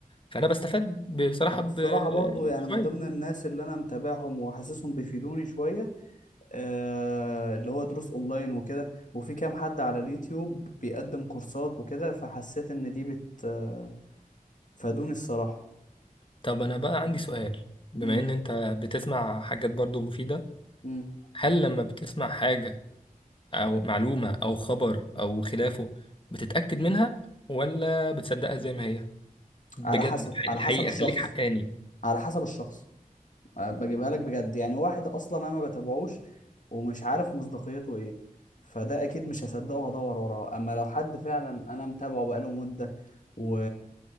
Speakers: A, on the left (about 35°); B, on the left (about 60°).
A: فانا بستفاد بصراحه
B: انا
A: بشويه
B: الصراحه برضو يعني من ضمن الناس اللي انا متابعهم وحاسسهم بيفيدوني شويه آه اللي هو دروس اونلاين وكده وفي كام حد على اليوتيوب بيقدم كورسات وكده فحسيت ان دي بت آه، فادوني الصراحه
A: طب انا بقى عندي سؤال بما
B: امم
A: ان انت بتسمع حاجات برضو مفيده
B: امم
A: هل لما بتسمع حاجه أو معلومة أو خبر أو خلافه بتتأكد منها ولا بتصدقها زي ما هي بجد
B: على حسب على
A: الحقيقة
B: حسب الشخص
A: خليك حقاني
B: على حسب الشخص أه، بجيبها لك بجد يعني واحد اصلا انا ما بتابعوش ومش عارف مصداقيته ايه فده اكيد مش هصدقه وهدور وراه اما لو حد فعلا انا متابعه بقاله مدة و...